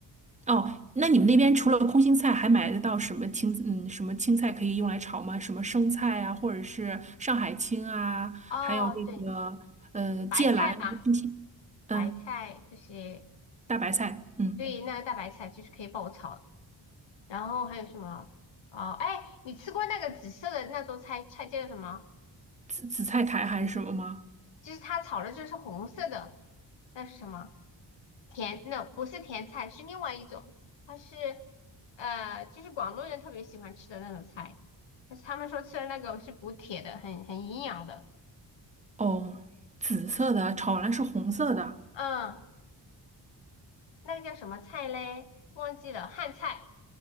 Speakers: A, on the right; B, on the left.
A: 哦，那你们那边除了空心菜，还买得到什么青嗯什么青菜可以用来炒吗？什么生菜啊，或者是上海青啊，
B: 哦，
A: 还有那个呃芥蓝啊这些，
B: 对，白菜嘛，
A: 嗯，
B: 白菜这些，
A: 大白菜，嗯，
B: 对，那个大白菜就是可以爆炒。然后还有什么？哦，哎，你吃过那个紫色的那种菜菜叫什么？
A: 紫紫菜苔还是什么吗？
B: 就是它炒的就是红色的，那是什么？甜，那不是甜菜，是另外一种，它是呃，就是广东人特别喜欢吃的那种菜，但是他们说吃的那个是补铁的，很很营养的。
A: 哦，紫色的炒完了是红色的，
B: 嗯，那个叫什么菜嘞？忘记了，汉菜。